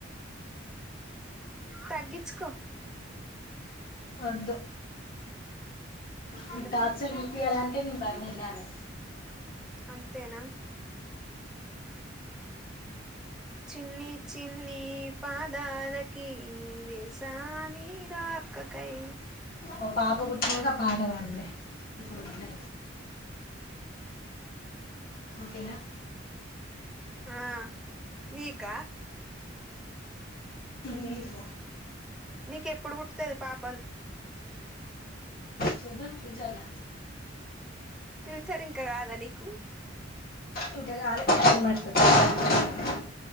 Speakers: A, in the centre; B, on the left.
A: తగ్గించకో
B: వధూ మీ
A: ఎందుకు
B: టాల్చ రూపి అలా అంటే నేను బరిగు ఉండేాలి
A: అంతేనా చిన్ని చిన్ని పాదాలకి వేసానీ రాకకై
B: ఓ పాప పూట్టాకా పాఠ వాడదులే ఇప్పుడు వదులే ఓకేనా
A: ఆ నీకా
B: నీకు
A: నీకెప్పుడు పుట్టతుది పాపా
B: చూద్దాం ఫ్యూచర్లో
A: ఫ్యూచర్ ఇంకా కాదా నీకు
B: ఇంకాగాాలే <unintelligible>